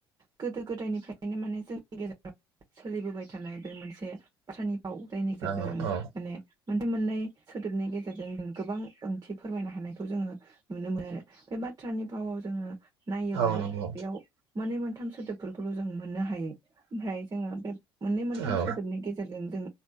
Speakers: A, on the right; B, on the right.
A: गोदो गोदायनिफ्रायनो माने जोंनि गेजेराव सोलिबोबाय थानाय बे मोनसे बाथ्रानि राव जायनि गेजेरजों
B: औ औ
A: माने मोनथाम मोननै सोदोबनि गेजेरजों जों गोबां ओंथि फोरमायनो हानाय खौ जोङो नुनो मोनो आरो बे बाथ्रानि भावाव जोङो नायोब्ला
B: औ नंगौ
A: बेयाव मोननै मोनथाम सोदोब फोरखौल' जों मोननो हायो ओमफ्राय जोङो बे मोननै मोनथाम
B: औ
A: सोदोबनि गेजेरजों जों